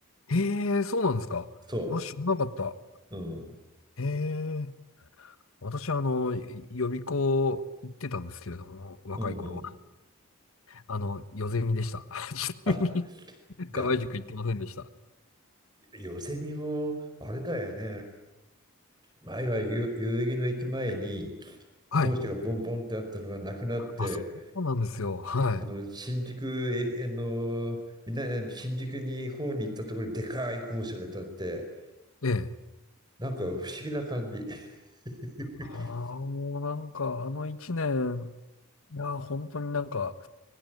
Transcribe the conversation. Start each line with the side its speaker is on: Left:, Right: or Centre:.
Left: へえ、そうなんですか。
Right: そ
Left: あ、知らなかった。
Right: う。うん。
Left: へえ。私、あの、い予備校行ってたんですけれども、若い頃。
Right: うんうん。
Left: あの、ヨゼミでした。<laughs> ちなみ
Right: あ、
Left: に、
Right: じゃあ、
Left: 河合塾行ってませんでした。
Right: よせみも、あれだよね。前は代々木の駅前に
Left: はい。
Right: 校舎がボンボンってあったのがなくなって、
Left: あ、そうなんですよ。は
Right: あの新宿えあのみな新宿に方に行ったところにでかい校舎が建って、
Left: い。ええ。
Right: なんか不思議な感じ。<laughs>
Left: ああ、もうなんか、あの一年、いやー、本当になんか、